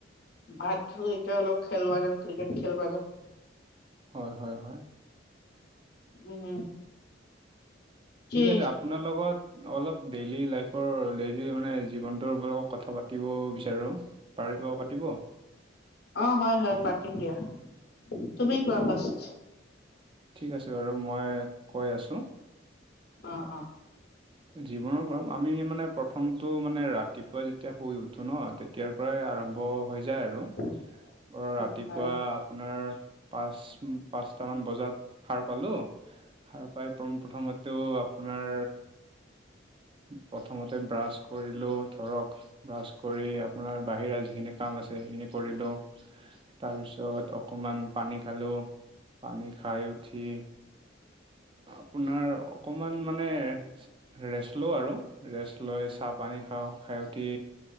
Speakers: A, on the left (about 55°); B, on the right (about 25°).
A: ভাত খালো এতিয়া অলপ খেলব যাম ক্ৰিকেট খেলিব যাম।
B: হয় হয় হয়।
A: উম। কি
B: ঠিক আছে আপোনাৰ লগত অলপ ডেইলি লাইফৰ ডেইলি <unintelligible> মানে জীৱনটোৰ লগত কথা পাতিব বিচাৰোঁ। পাৰিব পাতিব?
A: অ' হয় হয় পাতিম দিয়া, তুমি কোৱা ফাৰ্ষ্ট।
B: ঠিক আছে বাৰু মই কৈ আছোঁ।
A: অ অ
B: জীৱনৰ প আমি মানে প্ৰথমতটো মানে ৰাতিপুৱা যেতিয়া শুই উঠো ন' ত তেতিয়াৰ পৰাই আৰম্ভ হৈ যায় আৰু।
A: <inaudible>
B: অ'
A: জিমত
B: ৰাতিপুৱা আপোনাৰ পাঁচ পাঁচটামান বজাত সাৰ পালোঁ সাৰ পাই পোন প্ৰথমতে তো আপোনাৰ প্ৰথমতে ব্ৰাছ কৰিলোঁ ধৰক। ব্ৰাছ কৰি আপোনাৰ বাহিৰা যিখিনি কাম আছে সেইখিনি কৰিলোঁ। তাৰপিছত অকণমান পানী খালোঁ, পানী খাই উঠি আপোনাৰ অকমান মানে ৰেষ্ট লওঁ আৰু ৰেষ্ট লৈ চাহপানী খাওঁ, খাই উঠি